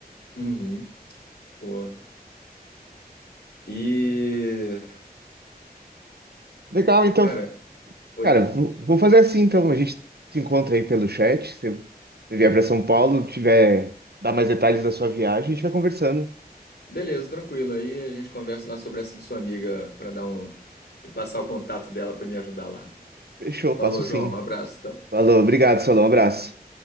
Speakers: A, on the left; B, on the right.
A: Uhum. Pô. E.
B: Legal, então.
A: Cara, oi.
B: Cara, vou vou fazer assim, então. A gente se encontra aí pelo chat. Se você vier para São Paulo, tiver, dar mais detalhes da sua viagem, a gente vai conversando.
A: Beleza, tranquilo. Aí a gente conversa lá sobre essa sua amiga pra dar um. e passar o contato dela pra me ajudar lá.
B: Fechou,
A: Falou,
B: passo
A: João.
B: sim.
A: Um abraço, então.
B: Falou, obrigado, Salão. Um abraço.